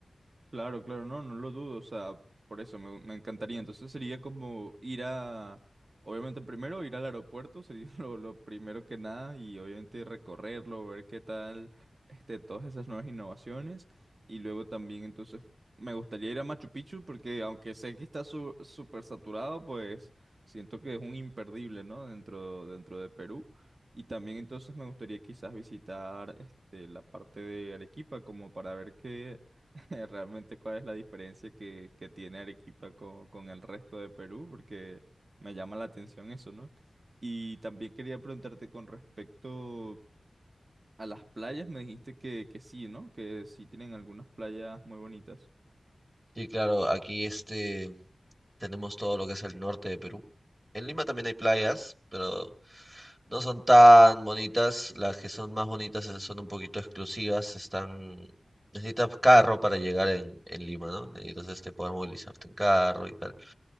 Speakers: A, on the right; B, on the right.
A: Claro, claro, no, no lo dudo, o sea, por eso me, me encantaría. Entonces sería como ir a, obviamente primero ir al aeropuerto, sería <laughs> lo, lo primero que nada, y obviamente recorrerlo, ver qué tal, este, todas esas nuevas innovaciones, y luego también entonces me gustaría ir a Machu Picchu, porque aunque sé que está su- súper saturado, pues siento que es un imperdible, ¿no? Dentro, dentro de Perú. Y también entonces me gustaría quizás visitar este, la parte de Arequipa como para ver qué, <laughs> Realmente, ¿cuál es la diferencia que, que tiene Arequipa con, con el resto de Perú? Porque me llama la atención eso, ¿no? Y también quería preguntarte con respecto a las playas, me dijiste que, que sí, ¿no? Que sí tienen algunas playas muy bonitas.
B: Y claro, aquí este Tenemos todo lo que es el norte de Perú. En Lima también hay playas, pero no son tan bonitas. Las que son más bonitas eh, son un poquito exclusivas. Están... Necesitas carro para llegar en, en Lima, ¿no? Necesitas este, poder movilizarte en carro y tal.